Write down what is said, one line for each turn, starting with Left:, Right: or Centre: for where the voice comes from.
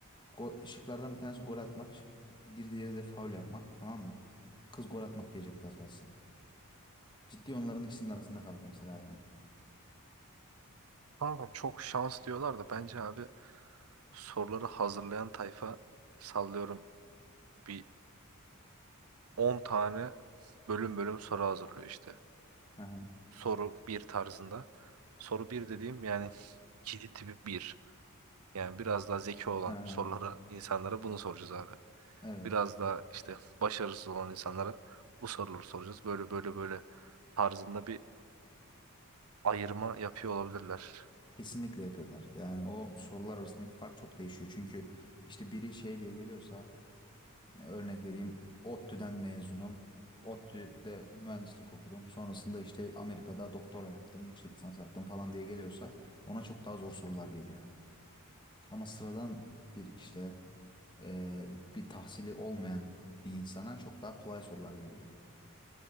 Left: Go şıklardan bir tanesi gol atmak. şık- Bir diğeri de faul yapmak. Tamam mı? Kız gol atmak diyecekti az kalsın. Ciddi onların ikisinin arasında kaldı mesela yani.
Right: Kanka çok şans diyorlar da bence abi soruları hazırlayan tayfa sallıyorum bir 10 tane bölüm bölüm soru hazırlıyor işte.
Left: Aha,
Right: Soru bir tarzında. Soru bir dediğim yani kişi tipi bir Yani biraz daha zeki olan
Left: aha,
Right: sorulara insanlara bunu soracağız abi.
Left: Evet.
Right: Biraz daha işte başarısız olan insanlara bu soruları soracağız. Böyle böyle böyle tarzında bir ayırma yapıyor olabilirler.
Left: Kesinlikle yapıyorlar. Yani o sorular arasındaki fark çok değişiyor. Çünkü işte biri şey diye geliyorsa örnek vereyim. ODTÜ'den mezunum. ODTÜ'de mühendislik okudum. Sonrasında işte Amerika'da doktora yaptım, yüksek lisans yaptım falan diye geliyorsa ona çok daha zor sorular geliyor. Ama sıradan bir işte e, bir tahsili olmayan bir insana çok daha kolay sorular geliyor.